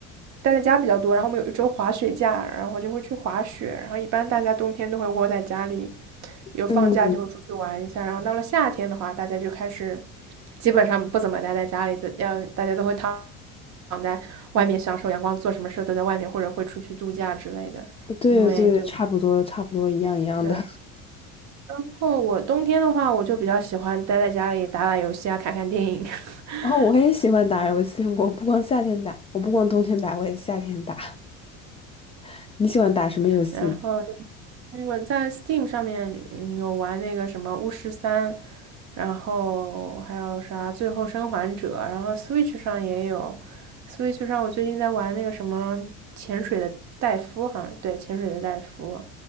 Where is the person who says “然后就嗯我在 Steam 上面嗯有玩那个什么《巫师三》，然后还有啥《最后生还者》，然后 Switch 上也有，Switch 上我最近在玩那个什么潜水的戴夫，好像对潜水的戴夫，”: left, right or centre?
Right